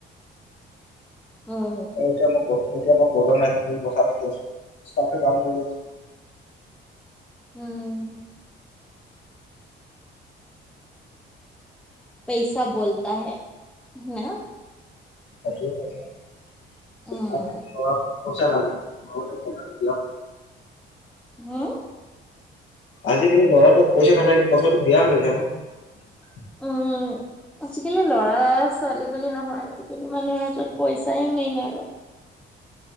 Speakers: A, in the centre; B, on the left.
A: অ',
B: এটোয়ে মই কওঁ। এতিয়া মই কব নোৱাৰিছো কথা পাতি আছো। ষ্টাফে কাম কৰি আছে।
A: উম। পেইচা বোলতা হে না।
B: হেতোই কথা।
A: উম,
B: <unintelligible> পইচা লাগে ন'হ কথাটো।
A: হোম।
B: আজি কালি ল'ৰা তোক পইচা নাথাকে পইচাটো বেয়া হৈ যায় ন।
A: উম' আজিকালি লৰা- ছোৱালী বুলি নহয় আজি কালি- মানে মানুহৰ হাতত পইচাই মেইন আৰু।